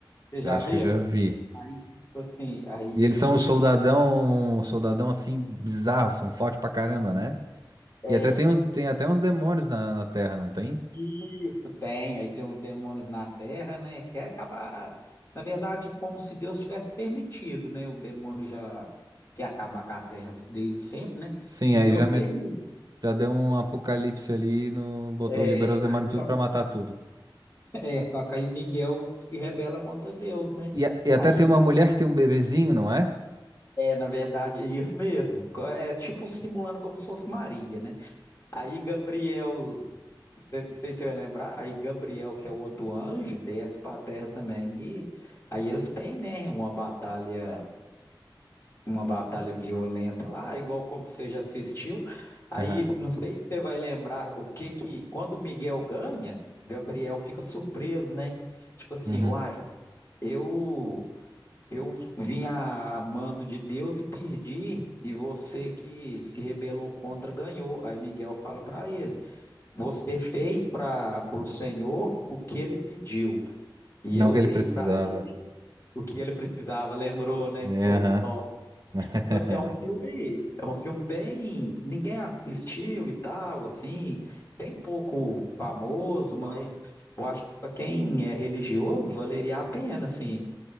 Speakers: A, on the left; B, on the right.
A: Você já
B: Eu acho
A: viu?
B: que eu já vi.
A: Aí, tipo assim, aí
B: E
A: ele.
B: eles são um soldadão, um soldadão assim bizarro, são fortes pra caramba, né?
A: É,
B: E até tem uns, tem até uns demônios na, na Terra, não tem?
A: Isso, tem. Aí tem uns demônios na Terra, né? Quer acabar. Na verdade, como se Deus tivesse permitido, né? O demônio já quer acabar com a Terra desde sempre, né?
B: Sim,
A: E
B: aí
A: Deus
B: já,
A: permite.
B: me- já deu um apocalipse ali, no, botou,
A: É,
B: liberou os demônios
A: aí
B: tudo
A: só,
B: pra matar tudo.
A: é, só que aí Miguel se rebela contra Deus, né?
B: E, a- e
A: Aí,
B: até tem uma mulher que tem um bebezinho, não é?
A: é, na verdade, é isso mesmo. É tipo simulando como se fosse Maria, né? Aí Gabriel Cê- Não sei se você vai lembrar, aí Gabriel, que é o outro anjo, desce para a terra também. E aí eles têm, né, uma batalha, uma batalha violenta lá, igual como você já assistiu. Aí
B: Aham.
A: não sei se você vai lembrar o que que quando Miguel ganha, Gabriel fica surpreso, né? Tipo assim,
B: Uhum.
A: uai, eu eu vim a mando de Deus e perdi, e você que se rebelou contra ganhou. Aí Miguel fala para ele. Você fez para o Senhor o que ele pediu, e
B: Não
A: eu
B: que
A: dei
B: ele precisava.
A: para ele o que ele precisava, lembrou, né?
B: É,
A: Foi
B: aham.
A: top.
B: <laughs>
A: Tipo Assim, é um filme, é um filme bem, ninguém assistiu e tal, assim, bem pouco famoso, mas eu acho que para quem é religioso valeria a pena, assim.